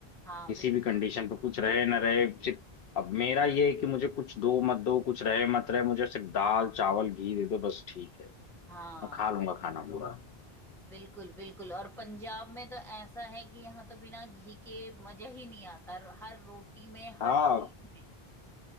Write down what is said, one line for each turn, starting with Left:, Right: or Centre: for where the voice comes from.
Centre: हाँ
Left: किसी
Centre: बिल्कुल
Left: भी कंडीशन पे कुछ रहे ना रहे सिर्फ अब मेरा ये है कि मुझे कुछ दो मत दो कुछ रहे मत रहे मुझे सिर्फ दाल चावल घी दे दो बस ठीक है
Centre: हाँ
Left: मैं खा लूंगा खाना पूरा
Centre: बिल्कुल बिल्कुल और पंजाब में तो ऐसा है कि यहाँ तो बिना घी के मजा ही नहीं आता हर रोटी में हर
Left: हाँ
Centre: चीज में